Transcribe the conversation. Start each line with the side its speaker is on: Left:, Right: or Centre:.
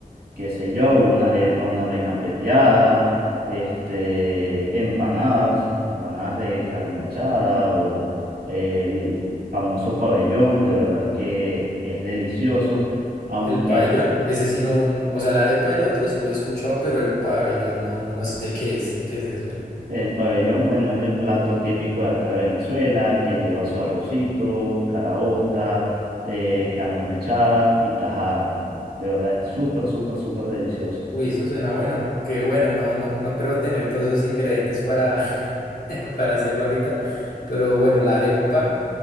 Right: Qué sé yo, una arepa, una reina pepiada, este, empanadas, empanadas de carne mechada o el famoso pabellón, de verdad que es delicioso, aunque
Left: El pabellón, ese sí no, o sea, la arepa y la otra sí lo he escuchado, pero el pabellón no, no sé qué es, qué es eso.
Right: El pabellón, bueno, es el plato típico de acá de Venezuela, que lleva su arrocito, caraota, eh, carne mechada y tajada. De verdad es súper, súper, súper delicioso.
Left: Uy, eso suena bueno, aunque bueno, no, no, no creo tener todos esos ingredientes para, <laughs> para hacerlo ahorita, pero bueno, la arepa,